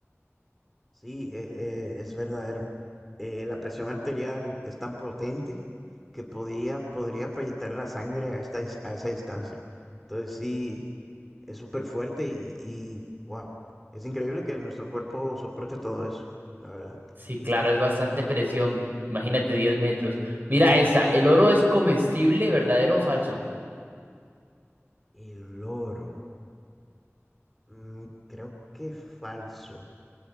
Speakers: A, in the centre; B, on the right.
A: Sí, eh, eh, es verdadero. eh, la presión arterial es tan potente que podía, podría proyectar la sangre a, esta, dis- a esa distancia. Entonces sí, es súper fuerte y, y wow, es increíble que nuestro cuerpo soporte todo eso, la verdad.
B: Sí, claro, es bastante presión. Imagínate 10 metros. Mira esta. ¿El oro es comestible, verdadero o falso?
A: El oro, mm, creo que falso.